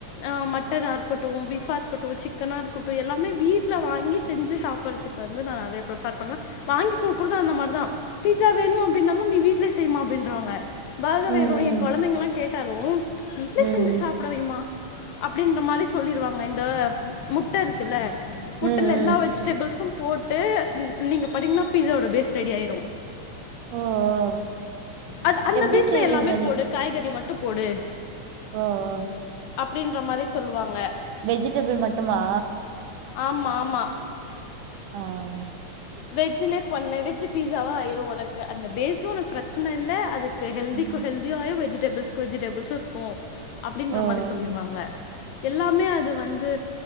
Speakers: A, on the left; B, on the right.
A: ஆ மட்டனா இருக்கட்டும் பீஃபா இருக்கட்டும் சிக்கனா இருக்கட்டும் எல்லாமே வீட்ல வாங்கி செஞ்சு சாப்புட்றதுக்கு வந்து நா நறைய ப்ரீஃபர் பண்ணுவே வாங்கி குடுக்குறது அந்த மாரி தா பீஸா வேணும் அப்பின்னாலு நீ வீட்ல செய்மா அப்பின்றாங்க பாக
B: ம்
A: வேரு என் கொழந்தைங்ல்லா
B: ம்
A: கேக் தாலும் வீட்ல
B: ம்
A: செஞ்சு சாப்புட வேம்மா அப்டின்ற மாரி சொல்லிருவாங்க இந்த முட்ட இருக்குல்ல முட்டல்ல
B: ம் ம்
A: எல்லா
B: ம்
A: வெஜிடேபிள்ஸும் போட்டு ந் நீங்க பாத்தீங்ன்னா பீஸாவோட பேஸ் ரெடி ஆயிரும்
B: ஓ ஓ
A: அது அந்த
B: எப்டி
A: பேஸ்ல
B: செய்வீங்க
A: எல்லாமே போடு காய்கறி மட் ட்டு போடு
B: ஹ ஹ்
A: அப்டின்ற மாரி சொல்வாங்க
B: வெஜிடபிள் மட்டுமா
A: ஆமா ஆமா
B: ஆஹ்
A: வெஜ்ஜலே பண்ணல வெஜ் பீஸாவா ஆயிரும் உனக்கு அந்த பேஸும் உனக்கு பிரச்சன இல்ல அதுக்கு ஹல்திக்கு
B: ம்
A: ஹல்தி ஆயிரு வெஸ் பிள் வெஜிடேபிள்ஸும் இருக்கு அப்டின்ற
B: ஓ ஓ
A: மாரி சொல்லிடுவாங்க எல்லாமே அது வந்து